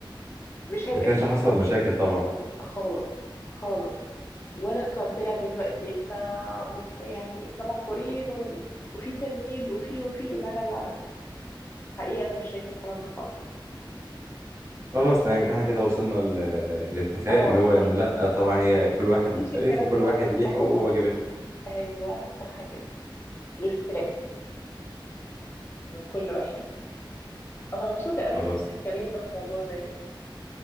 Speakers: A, on the left; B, on the right.
A: مش هيبقى
B: ما كانش
A: فيه
B: حصل
A: تنميق
B: مشاكل طبعا
A: م- خالص خالص ولا كان طلع دلوقتي احنا م- يعني احنا مقهورين وال... وفي تمييز وفي وفي لا لا لا لا حقيقي انا مش شايفه الكلام ده خالص
B: خلاص
A: يعني
B: تمام
A: انا
B: يبقى احنا كده وصلنا ل- للاتفاق
A: اه
B: اللي هو ان
A: <laughs>
B: لا طبعا هي كل واحد مختلف
A: مفيش الكلام
B: وكل
A: ده
B: واحد ليه
A: اه
B: حقوقه
A: طبعا
B: وواجباته
A: ايوه صح كده الاختلاف من كل واحد انا مبسوطه قوي
B: خلاص
A: ان احنا اتكلمنا في موضوع زي ده